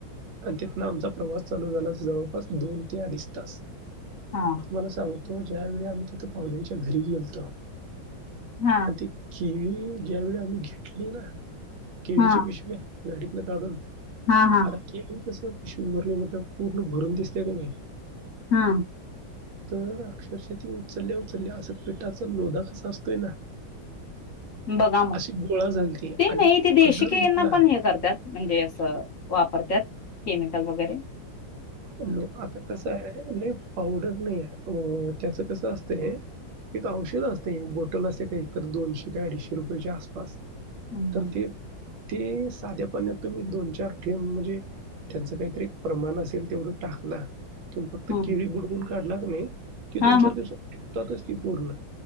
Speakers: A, on the right; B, on the left.
A: आणि तिथंन आमचा प्रवास चालू झाला, जवळपास दोन ते अडीच तास.
B: हा
A: तुम्हाला सांगतो ज्यावेळी आम्ही तिथं पाहुण्यांच्या घरी गेलतो.
B: हा.
A: आणि ती केळी ज्यावेळी आम्ही घेतली ना केळीची
B: हा
A: पिशवी गाडीत नं काढून
B: हा हा
A: आता केळू कसं पिशवी भरल्या भरल्या पूर्ण भरून दिसत्या कनी
B: हा.
A: तर अक्षरशा ती उचलल्या उचलल्या असं पिठाचा लोधा कसा असतोय ना
B: बघा मग
A: अशी गोळा झाली ती
B: ते
A: आणि
B: नाइ ते देशी
A: कलर
B: केळीना
A: म्हटला
B: पण हे करत्यात म्हणजे असं वापरत्यात केमिकल वगरे.
A: लोक आता कसं हाय नाइ पावडर नाइ याय त्याचं कसं असत ते एक औषध असतय एक बोटल असत्या ते खरं दोनशे का अडीशे रुपयेच्या आसपास.
B: हम्म
A: तर
B: हम्म.
A: ते ते साध्या पाण्यात तुम्ही दोन चार थेंब म्हणजे त्याचं कायतरी एक प्रमाण अस तेल तेवढ टाकला तुमी फक्त
B: हम्म
A: केळी बुडउन काढला कनी
B: हा
A: दोन चार दिवसात पिकतातचं ती पूर्ण